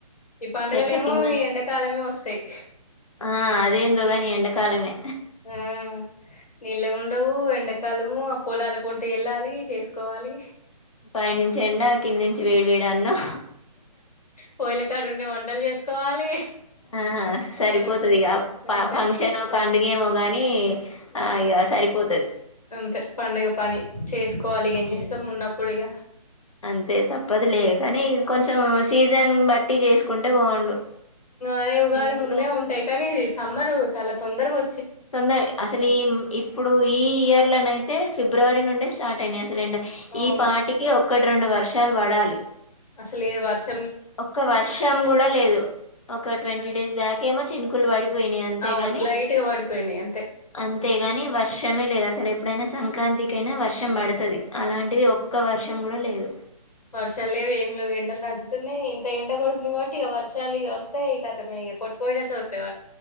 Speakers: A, on the left; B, on the left.
A: ఈ పండుగలేమో
B: చెట్ల కింద
A: ఈ ఎండాకాలమే వస్తాయి
B: ఆ అదెందో గని ఎండకాలమే
A: ఆ నీల్ల గుండవు ఎండ కలము ఆ పొలలు పొంటి వెళ్ళాలి చేసుకోవాలి
B: పైనుంచి ఎండా కింది నుంచి వేడి వేడన్నం
A: పోయిల కాడుండి వంటల్ చేసుకోవాలి
B: ఆహ సరిపోతది
A: ఆ
B: ఇగ
A: అంతే
B: ఫంక్షన్ పండుగ ఏమో గాని
A: ఆ
B: ఇక సరిపోతది
A: అంతే పండుగ పని చేసుకోవాలి ఇగ ఎం
B: ఉమ్
A: చేస్తాం ఉన్నప్పుడిగ
B: అంతే తప్పదు లే కానీ
A: ఆ
B: కొంచెం సీజన్ బట్టి చేసుకుంటే బాగుండు
A: అదే ఉగాది
B: ఇప్పుడు
A: ముందే ఉంటాయి కానీ సమ్మర్ చాలా తొందరగో
B: తొందర అసలు ఈ ఇప్పుడు ఈ ఇయర్ లనైతే ఫిబ్రవరి నుండే స్టార్ట్ అయినాయి అస్ సలేండ
A: అవును
B: ఈ పాటికి ఒక్కటి రెండు వర్షాలు పడాలి
A: అసలలే వర్ష్
B: ఒక్క వర్షం కూడా లేదు ఒక ట్వంటీ
A: ఆ
B: డేస్ బ్యాకేమొ చినుకులు పడిపోయినాయి అంతేగాని
A: అవును లైట్ గా పడిపోయినాయి అంతే
B: అంతే టేగాని వర్ష్ వర్షమే లేదు. అసలు ఎప్పుడైనా సంక్రాంతికియినా వర్షం పడుతది. అలాంటిది ఒక్క వర్షం కూడా లేదు.
A: వర్షాల్లేవ్ ఏం లేవ్ ఎండలు దంచుతున్నాయ్ ఇంత ఎండ కొడుతుంది కాబట్టి ఇగ వర్షాలు ఇగ వస్తే ఈ కతమే కొట్టుకపోయినటే ఒస్తది